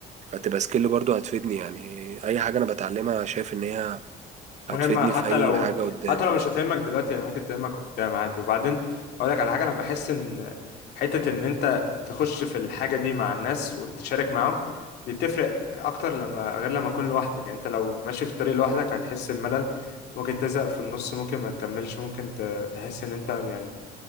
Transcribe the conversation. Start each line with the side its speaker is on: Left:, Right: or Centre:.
Right: فتبقى سكيل برضو هتفيدني يعني اي حاجة انا بتعلمها شايف ان هي
Left: مهمة
Right: هتفيدني
Left: حتى
Right: في اي
Left: لو
Right: حاجة قدام
Left: حتى لو
Right: اه
Left: مش هتهمك دلوقتي هي ممكن تهمك قدام عادي وبعدين أقول لك على حاجة أنا بحس إن حتة إن أنت تخش في الحاجة دي مع الناس وتشارك معاهم دي بتفرق أكتر لما غير لما أكون لوحدك يعني أنت لو ماشي في الطريق لوحدك هتحس الملل ممكن تزهق في النص ممكن ما تكملش ممكن ت- تحس إن أنت يعني